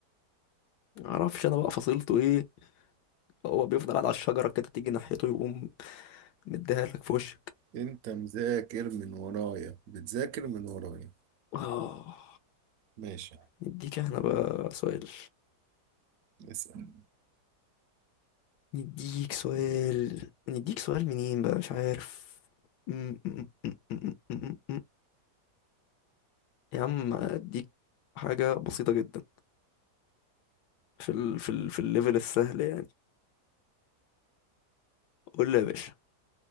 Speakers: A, on the left; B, on the right.
A: معرفش انا بقى فصيلته ايه هو بيفضل قاعد على الشجره كده تيجي ناحيته يقوم مديها لك في وشك
B: أنت مذاكر من ورايا بتذاكر من ورايا
A: اه
B: ماشي
A: نديك احنا بقى سؤال
B: اسأل
A: نديك سؤال نديك سؤال منين بقى مش عارف م- م- م- م- م- م- م. يا عم اديك حاجة بسيطة جدا في ال... في ال... في الليفل السهل يعني قول لي يا باشا